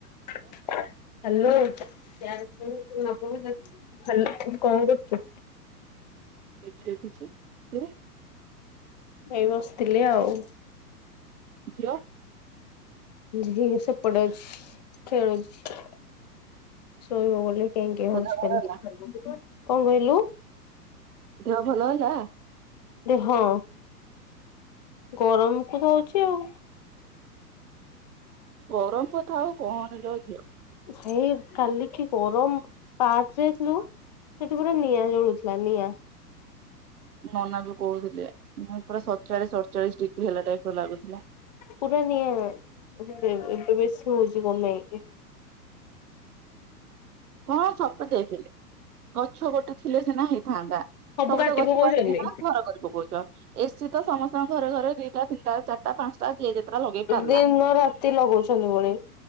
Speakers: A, on the left (about 30°); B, on the right (about 65°).
A: ହ
B: hello.
A: Hello hello କଣ କରୁଚୁ?
B: ଟିଭି ଦେଖୁଛି ତୁ?
A: ଏଇ ବସିଥିଲି ଆଉ
B: ଝିଅ।
A: ଝି ସେପଟେ ଅଛି ଖେଳୁଛି ଶୋଇବ ବୋଲି କେଁ କେଁ
B: ତୋ
A: ହଉଛି
B: ଦେହ ଭଲ
A: ଖାଲି
B: ହେଲା
A: କଣ କହିଲୁ?
B: ଦେହ ଭଲ ହେଲା।
A: ହଁ ଗରମକୁ ତ ହଉଛି ଆଉ
B: ଗରମ କଥା ଆଉ କହନି ଲୋ ଝିଅ?
A: ଭାଇ କାଲି କି ଗରମ ପାର୍କ ଯାଇଥିଲୁ ସେଠି ପୁରା ନିଆଁ ଜଳୁଥିଲା ନିଆଁ।
B: ନନା ବି କହୁଥିଲେ ପୁରା ସତଚାଳିଶ ଅଠଚାଳିଶ ଡିଗ୍ରୀ ହେଲା ଟାଇପର ଲାଗୁଥିଲା।
A: ପୁର ନିଆଁବେ ଏବେ ବେଶୀ ହଉଛି କଣପାଇଁ?
B: କଣ ସବୁ ଦେଖିଲେ ଗଛ ଗୋଟେ ଥିଲେ ସିନା ହେଇଥାନ୍ତା। ସବୁ
A: କାଟି
B: ତ ଗଛ
A: ପକଉଛନ୍ତି।
B: କାଟିକି ଘର ପକଉଛ ଏସି ତ ସମସ୍ତଙ୍କ ଘରେ ଘରେ ଦିଟା ତିନିଟା ଚାରିଟା ପାଞ୍ଚଟା। ଯିଏ ଯେତେଟା ଲଗେଇ ପାରିଲା
A: ଦିନ ରାତି ଲଗଉଛନ୍ତି ପୁଣି।